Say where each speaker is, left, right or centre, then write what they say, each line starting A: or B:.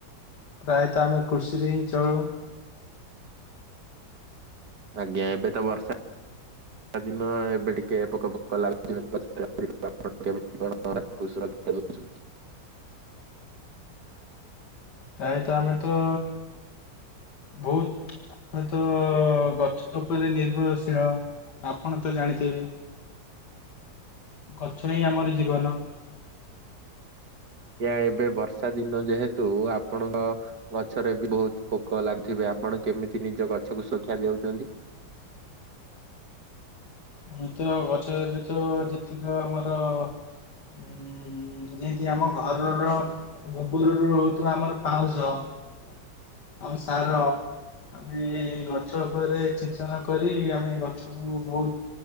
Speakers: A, on the left; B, on the right.
A: ପ୍ରାୟତଃ ଆମେ କୃଷିରେ ହିଁ ଚଳୁ।
B: ଆଜ୍ଞା। ଏବେ ତ ବର୍ଷା ଦିନ ଏବେ ଟିକେ ପୋକ <inaudible> ଫୋକ <inaudible> ଲାଗୁଥିବ <inaudible> ଗଛରେ ଅଧିକ। ଆ <inaudible> ପଣ କେମିତି <inaudible> କଣ <inaudible> କୁ ସୁରକ୍ଷା ଦେଉଛନ୍ତି।
A: ପ୍ରାୟତଃ ଆମେ ତ ବହୁତ ଆମେତ ଗଛ ଉପରେ ନିର୍ଭରଶୀଳ। ଆପଣ ତ ଜାଣିଥିବେ। ଗଛ ହିଁ ଆମର ଜୀବନ।
B: ୟା ଏବେ ବର୍ଷା ଦିନ ଯେହେତୁ ଆପଣଙ୍କ ଗଛରେ ବି ବହୁତ ପୋକ ଲାଗୁଥିବେ। ଆପଣ କେମିତି ନିଜ ଗଛକୁ ସୁରକ୍ଷା ଦେଉଛନ୍ତି।
A: ଆମେ ତ ଗଛରେ ଯେତେ ଯେତିକ ଆମର ଉଁ ଯେମତି ଆମ ଘରର ଗୋବରରୁ ହଉଥିବା ଆମର ପାଉଁଶ ଆଉ ସାର ଆମେ ଗଛ ଉପରେ ଛିଞ୍ଚନ କରି ଆମେ ଗଛକୁ ବହୁତ୍